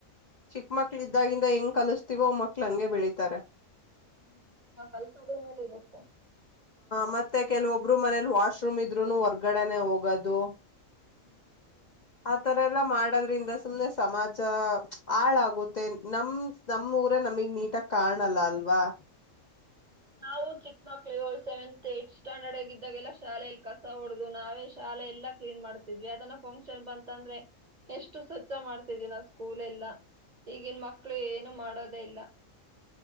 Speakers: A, on the left (about 40°); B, on the right (about 35°).
A: ಚಿಕ್ಕ ಮಕ್ಕಳ ಇದಾಗಿಂದ ಹೆಂಗ ಕಲಿಸ್ತಿವೊ ಮಕ್ಕಳ ಹಾಂಗ ಬೆಳೀತರ.
B: <unintelligible>
A: ಮತ ವಬರ ಮಣಿಯಲಿ ವಾಶ್ರೂಂ ಇದ್ರನು ಹೊರಗಡೆ ನೇ ಹೋಗೋದು.
B: <unintelligible>
A: ಆತರ ಎಲ್ಲ ಮಾಡೋದ್ರಿಂದ ಸುಮ್ನೆ ಸಮಾಜ ಹಾಳಾಗುತ್ತೆ ನಮ್ ನಮ್ಮೂರೆ ನಮಿಗೆ ನೀಟಾಗಿ ಕಾಣಲ್ಲ ಅಲ್ವಾ.
B: ನಾವು ಚಿಕ್ಕ ಮಕ್ಕಳ ಇರೊ ಸೆವೆಂತ್ ಈಗ್ತ್ ಸ್ಟ್ಯಾಂಡರ್ಡ್ ಈದ್ಗಾ ಯಲ್ಲ ಶಾಲೆ ಯಲಿ ಕಸ ಹೊಡದು ನಾವೇ ಶಾಲೆ ಯಲ ಕ್ಲೀನ್ ಮಾಡತಿದವಿ ಯಾವ್ದನ ಫಂಕ್ಷನ್ ಬಂತ ಅಂದ್ರೆ ಎಸ್ಟ್ ಸ್ವಚ್ಛ ಮಾಡಿದವಿ ಸ್ಕೂಲ್ ಯಲ್ಲ ಈಗಿನ ಮಕ್ಕಳ ಏನು ಮಾಡಿದೆ ಇಲ್ಲಾ.